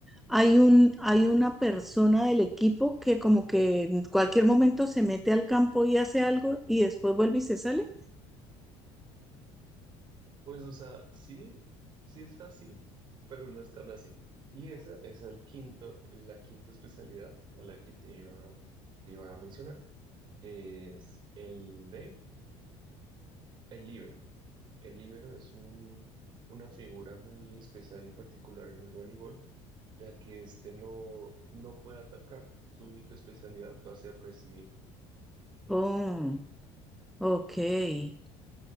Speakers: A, in the centre; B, on the right.
A: hay un, hay una persona del equipo que como que en cualquier momento se mete al campo y hace algo y después vuelve y se sale.
B: pues, o sea, sí, sí es así, pero no es tan así. Y esa es el quinto, la quinta especialidad a la que te iba, te iba a mencionar, que es el de el líbero. El líbero es un- una figura muy especial y particular en el voleibol, ya que este no, no puede atacar. Su única especialidad va a ser recibir.
A: Oh, ok.